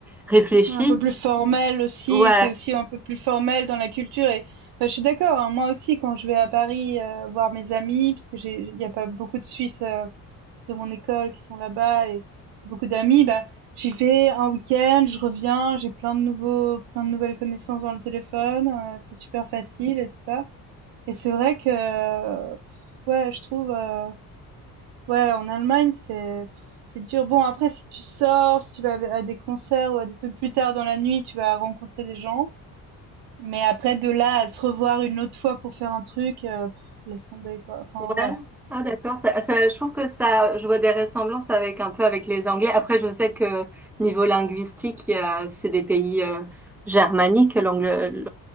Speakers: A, in the centre; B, on the right.
A: réfléchi.
B: Ouais, Un peu plus formel aussi,
A: Ouais,
B: c'est aussi un peu plus formel dans la culture et bah, je suis d'accord, hein, moi aussi quand je vais à Paris euh, voir mes amis, parce que j'ai, il y a pas beaucoup de Suisses euh, de mon école qui sont là-bas et beaucoup d'amis, bah j'y vais un week-end, je reviens, j'ai plein de nouveaux, plein de nouvelles connaissances dans le téléphone, euh, c'est super facile et tout ça. Et c'est vrai que, euh, pff, ouais, je trouve. euh, Ouais, en Allemagne, c'est pff, c'est dur. Bon, après, si tu sors, si tu vas à à des concerts ou à des trucs plus tard dans la nuit, tu vas rencontrer des gens. Mais après, de là à se revoir une autre fois pour faire un truc, euh, pff, laisse tomber, quoi. Enfin,
A: ouais.
B: ouais,
A: Ah d'accord. Ça, ça- je trouve que ça, je vois des ressemblances avec un peu avec les Anglais. Après, je sais que niveau linguistique, il y a- c'est des pays euh, germaniques, l'angle,